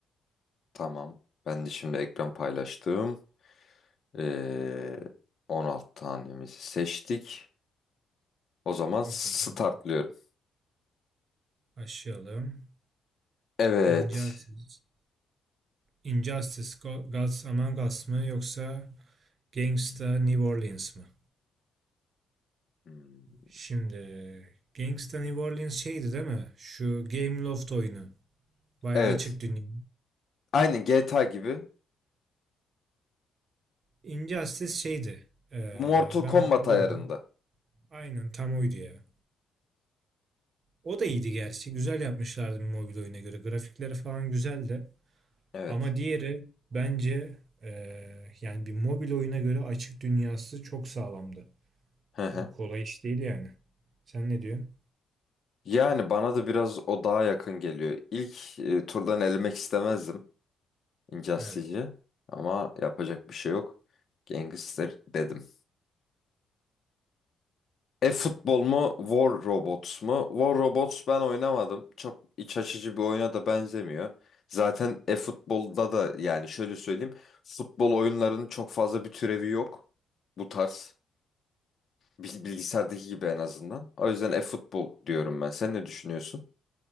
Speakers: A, on the left; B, on the right.
A: Tamam. Ben de şimdi ekran paylaştım. Ee, 16 tanemizi seçtik. O zaman
B: Okey
A: startlıyorum.
B: geldi. Başlayalım.
A: Evet.
B: İncelsiz. Injustice Go- Gods Among Us mı yoksa Gangsta New Orleans mı?
A: Hmm,
B: Şimdi Gangsta New Orleans şeydi değil mi? Şu Game Loft oyunu. Bayağı
A: Evet.
B: açık dünya.
A: Aynı GTA gibi.
B: Injustice şeydi. Ee,
A: Mortal
B: ben
A: Kombat
B: hatırlıyorum.
A: ayarında.
B: Aynen tam oydu ya. O da iyiydi gerçi. Güzel yapmışlardı bir mobil oyuna göre. Grafikleri falan güzeldi.
A: Evet.
B: Ama diğeri bence ee, yani bir mobil oyuna göre açık dünyası çok sağlamdı.
A: Hı hı.
B: Kolay iş değil yani. Sen ne diyorsun?
A: Yani bana da biraz o daha yakın geliyor. İlk e, turdan elemek istemezdim Injustice'i.
B: Evet.
A: Ama yapacak bir şey yok. Gangster dedim. E-futbol mu, War Robots mu? War Robots ben oynamadım. Çok iç açıcı bir oyuna da benzemiyor. Zaten e-futbolda da yani şöyle söyleyeyim. Futbol oyunlarının çok fazla bir türevi yok. Bu tarz. Bil- Bilgisayardaki gibi en azından. O yüzden e-futbol diyorum ben. Sen ne düşünüyorsun?